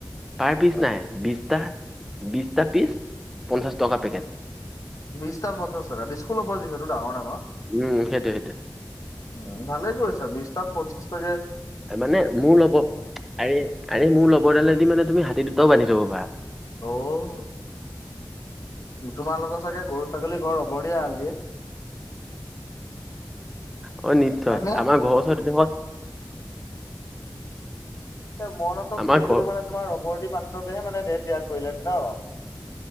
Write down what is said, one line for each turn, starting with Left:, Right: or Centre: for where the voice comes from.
Centre: পাৰ পিচ নাই, বিছটা, বিছটা পিছ পঞ্চাছ টকা পেকেট।
Left: বিশটা পঞ্চাশ টকা <unintelligible> হ'ব যিহেতু ডাঙৰ, ডাঙৰ।
Centre: উম সেইটোৱে সেইটোৱে
Left: উম, ভালে কৰিছা, বিশ তাত পঞ্চাশ পেকেট
Centre: মানে মোৰ ল'ব আৰে, আৰে মোৰ ল'বৰডালেদি মানে তুমি হাতী দুটাও বান্ধি থ'ব পাৰা।
Left: অ'। তোমালোকৰ চাগে গৰু ছাগলী ঘৰৰ ৰবৰ দিয়ে এৰাল দিয়ে।
Centre: অ', নিশ্চয়,
Left: হয় নে?
Centre: আমাৰ ঘৰৰ ওচৰত
Left: মন হঁতৰ
Centre: আমাৰ
Left: কুকুৰটো
Centre: ঘৰ
Left: মানে তোমাৰ ৰবৰদি বান্ধোতেহে মানে দেহ ত্যাগ কৰিলে ন'?